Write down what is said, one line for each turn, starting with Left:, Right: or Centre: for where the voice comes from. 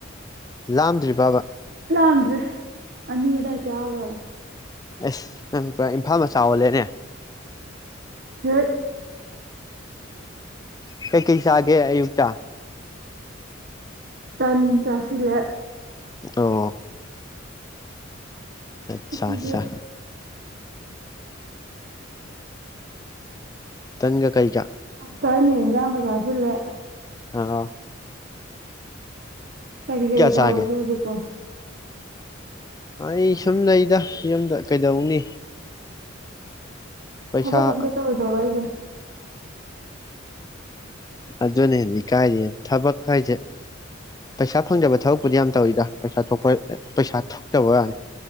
Left: ꯂꯥꯝꯗ꯭ꯔꯤ ꯕꯕꯥꯥ
Right: ꯂꯗ꯭ꯔꯦ ꯑꯅꯤꯗꯥ ꯀꯌꯥ
Left: ꯑꯦꯁ ꯄꯨꯔ ꯏꯝꯐꯥꯜ ꯃꯆꯥ ꯑꯣꯜꯂꯦꯅꯦ
Right: ꯆꯠ
Left: ꯀꯩ ꯀꯩꯁꯒꯦ ꯑꯌꯨꯛꯇ
Right: ꯇꯟ ꯆꯥꯁꯤꯂꯦ
Left: ꯑꯣ ꯑꯠꯆꯥ
Right: ꯑꯗꯨꯒꯤ
Left: ꯑꯆꯥ ꯇꯒ ꯀꯩꯖ
Right: ꯇꯅꯤꯖ ꯀꯁꯂ <unintelligible>
Left: ꯑ
Right: ꯀꯔꯤ ꯀꯔꯤ ꯇꯧꯔꯤꯒꯦ
Left: ꯆꯥꯒꯦ
Right: ꯍꯧꯖꯤꯀꯣ
Left: ꯑꯩ ꯁꯨꯝ ꯂꯩꯗ ꯌꯨꯝꯗ ꯀꯩꯗꯧꯅꯤ ꯄꯩꯁꯥ
Right: ꯊꯕꯛ ꯑꯝꯇ ꯇꯧꯗ꯭ꯔꯣ ꯋꯥ ꯑꯩꯁꯦ
Left: ꯑꯗꯨꯅꯦ ꯏꯀꯥꯏꯔꯤ ꯊꯕꯛ ꯍꯥꯏꯁꯦ ꯄꯩꯁꯥ ꯐꯪꯗꯕ ꯊꯕꯛꯄꯨꯗꯤ ꯌꯥꯝ ꯇꯧꯋꯤꯗ ꯄꯩꯁꯥ ꯊꯣꯛꯄ ꯄꯩꯁꯥ ꯊꯣꯛꯇꯕ ꯋꯥꯅꯤ